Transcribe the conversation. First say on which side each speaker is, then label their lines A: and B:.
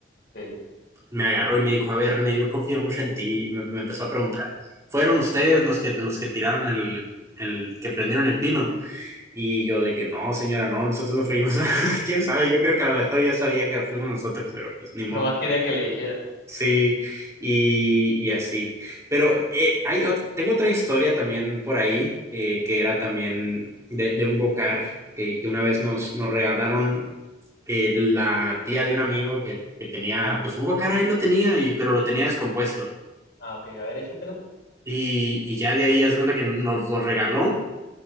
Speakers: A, on the left; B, on the right.
A: sí.
B: me agarró y me dijo, a ver, René, yo confío mucho en ti, y me, me empezó a preguntar, ¿fueron ustedes los que, los que tiraron el, el, que prendieron el pino? Y yo de que no, señora, no, nosotros no fuimos. <laughs> ¿Quién sabe? Yo creo que a lo mejor ya sabía que fuimos nosotros, pero pues ni
A: Nomás
B: modo.
A: No. quería que le dijera.
B: Sí, y, y así. Pero eh, hay, ot- tengo otra historia también por ahí, eh, que era también de, de un go-kart que, que una vez nos, nos regalaron eh, la tía de un amigo que, que tenía, pues un go-kart ahí lo tenía, y, pero lo tenía descompuesto.
A: Ah, ok, a ver, échatela.
B: Y, y ya de ahí, haz de cuenta que nos lo regaló